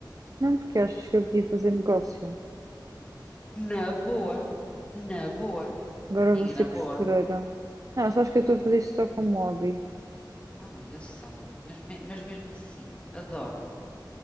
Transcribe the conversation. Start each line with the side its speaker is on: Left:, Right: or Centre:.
Right: Não, porque achas que eu podia fazer negócio.
Left: Na boa, na boa,
Right: Agora
Left: amiga,
Right: vou ser
Left: na
Right: costureira.
Left: boa.
Right: Não, só acho que eu estou a fazer isto só como hobby.
Left: Oh, amiga, eu sei, mas, me- mas mesmo assim, adoro.